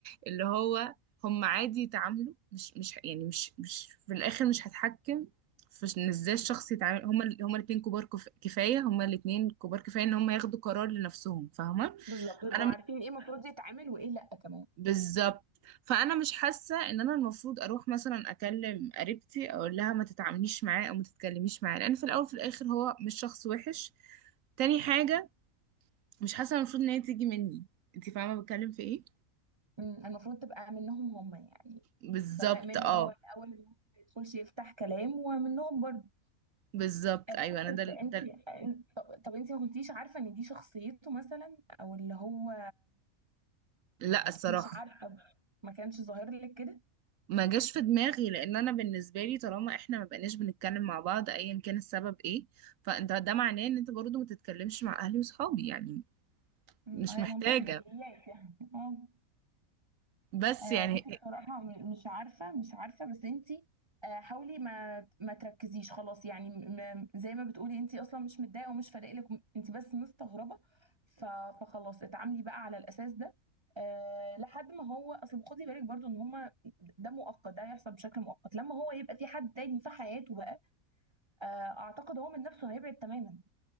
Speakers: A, on the right; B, on the right.
A: اللي هو هم عادي يتعاملوا مش مش يعني مش مش في الاخر مش هتحكم في ان ازاي الشخص يتعامل هما ال- هما الاتنين كبار كف... كفاية هما الاتنين كبار كفاية ان هما ياخدوا قرار لنفسهم فاهمة
B: بالظبط يبقوا
A: انا م-
B: عارفين ايه المفروض يتعمل وايه لا كمان
A: بالظبط فانا مش حاسة ان انا المفروض اروح مثلا اكلم قريبتي اقول لها ما تتعامليش معاه او ما تتكلميش معاه لان في الاول وفي الاخر هو مش شخص وحش تاني حاجة مش حاسة المفروض ان هي تيجي مني انت فاهمة بتكلم في ايه
B: مم، المفروض تبقى منهم هم يعني
A: بالظبط
B: سواء منه
A: اه
B: هو الاول ان هو ما يدخلش يفتح كلام ومنهم برضه
A: بالظبط
B: آه، بصي
A: ايوه انا ده
B: بس انت
A: ده
B: طب, طب انت ما كنتيش عارفه ان دي شخصيته مثلا او اللي هو
A: لا الصراحة
B: مش عارفه ما كانش ظاهر لك كده
A: ما جاش في دماغي لان انا بالنسبة لي طالما احنا ما بقيناش بنتكلم مع بعض ايا كان السبب ايه فانت ده معناه ان انت برضو ما تتكلمش مع اهلي وصحابي يعني
B: أمم،
A: مش
B: هي
A: محتاجة
B: منطوق بديهيات يعني اه
A: بس
B: آه،
A: يعني
B: بصي بصراحة م- مش عارفة مش عارفة بس انتي آه، حاولي ما ما تركزيش خلاص يعني م- م- زي ما بتقولي انتي اصلا مش متضايقة ومش فارق لك انتي بس مستغربة ف- فخلاص اتعاملي بقى على الاساس ده أه لحد ما هو اصل خدي بالك برضو ان هما ده مؤقت ده هيحصل بشكل مؤقت لما هو يبقى في حد تاني في حياته بقى آه، اعتقد هو من نفسه هيبعد تماما